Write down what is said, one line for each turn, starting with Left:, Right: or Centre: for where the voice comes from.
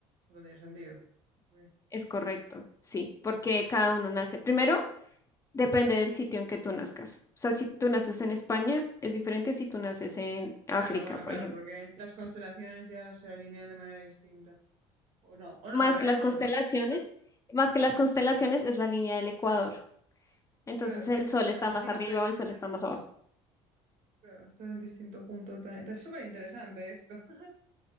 Right: no tendría sentido. Ok.
Left: es correcto, sí, porque cada uno nace. Primero, depende del sitio en que tú nazcas. O sea, si tú naces en España, es diferente si tú naces en África,
Right: Claro, bueno,
Left: por
Right: claro,
Left: ejemplo.
Right: porque las constelaciones ya se alinean de manera distinta. O no, o no,
Left: Más
Right: en realidad
Left: que las
Right: no,
Left: constelaciones,
Right: ¿no? Tan-
Left: más que las constelaciones es la línea del Ecuador. Entonces
Right: Claro.
Left: el sol
Right: O sea,
Left: está más
Right: si los
Left: arriba
Right: ves de
Left: o el sol
Right: manera,
Left: está más abajo.
Right: claro, estás en distinto punto del planeta. Es súper interesante esto. <laughs>